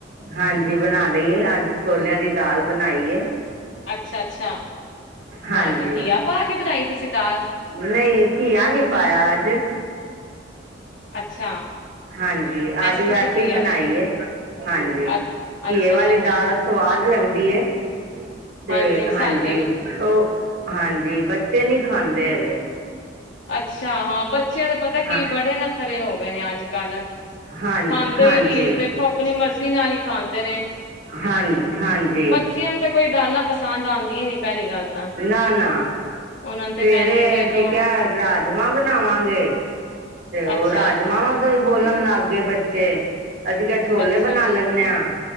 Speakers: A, on the right (about 60°); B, on the left (about 85°).
A: ਹਾਂਜੀ ਬਣਾ ਲਈਏ ਅੱਜ ਛੋਲਿਆਂ ਦੀ ਦਾਲ ਬਣਾਈਏ।
B: ਅੱਛਾ-ਅੱਛਾ ਵਾਂਜੀ
A: ਹਾਂਜੀ
B: ਘੀਆ ਪਾ ਕੇ ਬਣਾਈ ਤੁਸੀਂ ਦਾਲ।
A: ਨਹੀਂ, ਘੀਆ ਨਹੀਂ ਪਾਇਆ ਅੱਜ।
B: ਅੱਛਾ।
A: ਹਾਂਜੀ, ਅੱਜ ਵੈਸੇ
B: ਤੁਸੀਂ ਘੀਆ
A: ਹੀ ਬਣਾਈ ਏ ਹਾਂਜੀ
B: ਅ ਅੱਛਾ
A: ਘੀਏ ਵਾਲੀ
B: ਅੱਛਾ
A: ਦਾਲ ਸਵਾਦ ਲੱਗਦੀ ਹੈ ਤੇ
B: ਹਾਂਜੀ ਸਾਡੇ
A: ਹਾਂਜੀ।
B: ਵੀ
A: ਉ ਹਾਂਜੀ, ਬੱਚੇ ਨੀ ਖਾਂਦੇ ਹੈਗੇ।
B: ਅੱਛਾ, ਹਾਂ ਬੱਚਿਆਂ ਦੇ ਪਤਾ ਪਤਾ
A: ਹਾਂ
B: ਕੀ ਬੜੇ ਨਖਰੇ ਹੋ ਗਏ ਨੇ ਅੱਜ-ਕੱਲ
A: ਹਾਂਜੀ
B: ਖਾਂਦੇ
A: ਹਾਂਜੀ
B: ਹੀ ਨੀ ਦੇ ਆਪਣੀ ਮਰਜ਼ੀ ਨਾਲ ਹੀ ਖਾਂਦੇ ਨੇ।
A: ਹਾਂਜੀ-ਹਾਂਜੀ।
B: ਬੱਚੀਆਂ ਨੂੰ ਤਾਂ ਕੋਈ ਦਾਲਾਂ ਪਸੰਦ ਆਦੀਆਂ ਨੀ ਪਹਿਲੀ ਗੱਲ। ਤਾਂ
A: ਨਾ-ਨਾ,
B: ਉਹਨਾਂ ਨੂੰ ਤੇ
A: ਸਵਰੇ
B: ਮੈਗੀ ਦੇ
A: ਅਸੀਂ
B: ਦੋ
A: ਕਿਹਾ ਰਾਜ ਮਾਂ ਬਣਾਵਾਂਗੇ ਤੇ ਉ
B: ਅੱਛਾ
A: ਰਾਜਮਾ ਵਾਂ ਤੋਂ ਵੀ ਬੋਲਣ ਲੱਗ ਗਏ ਬੱਚੇ। ਅਸੀਂ ਕਿਹਾ ਛੋਲੇ
B: ਅੱਛਾ
A: ਬਣਾ ਲੈਂਨੇ ਆ,